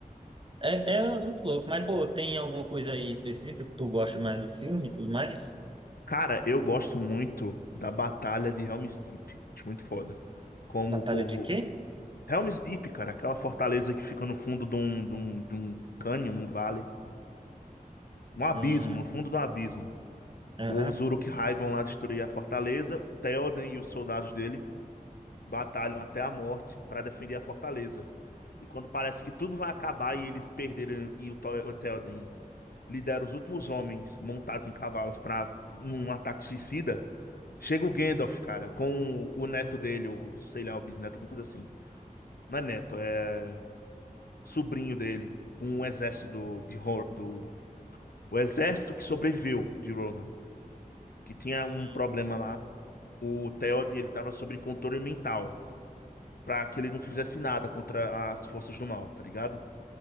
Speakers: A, on the right (about 35°); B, on the left (about 85°).
A: É, é muito louco, mas pô, tem alguma coisa aí específica que tu gosta mais do filme e tudo mais?
B: Cara, eu gosto muito da batalha de Helm's Deep. Acho muito foda. Como
A: Batalha
B: o povo
A: de quê?
B: Helm's Deep, cara, aquela fortaleza que fica no fundo de um, de um, de um cânion, num vale, um abismo,
A: Hum,
B: no fundo do abismo.
A: Aham.
B: Os Uruk-hai vão lá destruir a fortaleza, Theoden e os soldados dele batalham até a morte para defender a fortaleza. E quando parece que tudo vai acabar e eles perderam e o Tho- o Theoden lidera os últimos homens montados em cavalos para num ataque suicida, chega o Gandalf, cara, com o neto dele, ou sei lá, o bisneto, alguma coisa assim. Não é neto, é sobrinho dele com o exército do, de, Ro- do o exército que sobreviveu de Rohan, que tinha
A: hum,
B: um problema lá. O Theoden, ele tava sob controle mental, pra que ele não fizesse nada contra as forças do mal, tá ligado?